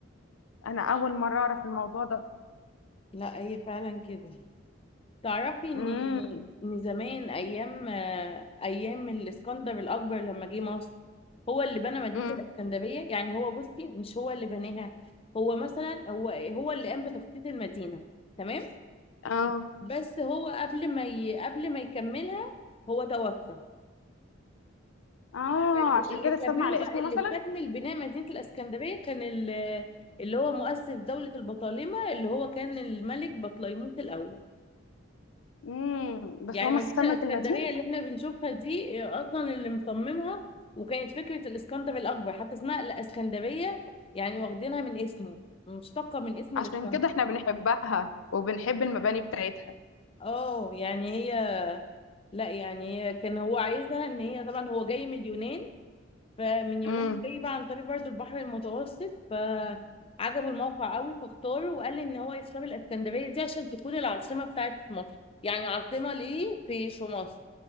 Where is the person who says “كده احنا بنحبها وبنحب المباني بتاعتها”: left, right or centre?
Left